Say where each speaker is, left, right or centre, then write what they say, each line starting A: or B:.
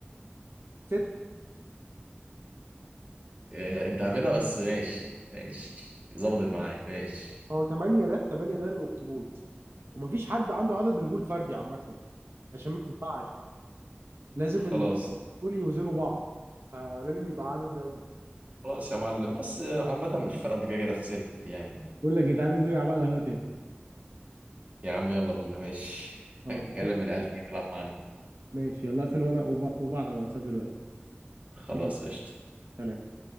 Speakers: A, on the right; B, on the right.
A: ست.
B: إيه، انت هبدها بس ماشي ماشي ظبطت معاك ماشي
A: هو ثمانية ده ثمانية ده الأخطبوط ومفيش حد عنده عدد رجول فردي عامة عشان ما ينفعش لازم
B: خلاص
A: ال- دول يوزنوا بعض فلازم يبقى عدد زوجي
B: خلاص يا معلم بس عامة مش فارقة انت كده كده خسرت يعني
A: بقول لك إيه، تعالى ننزل نلعب على القهوة تاني
B: يا عم يلا بينا ماشي
A: خلاص
B: <laughs> هكلم العيال تيجي تلعب معانا
A: ماشي يلا اقفل وانا وب- وبعض على الواتساب دلوقتي
B: خلاص
A: يلا
B: قشطة
A: سلام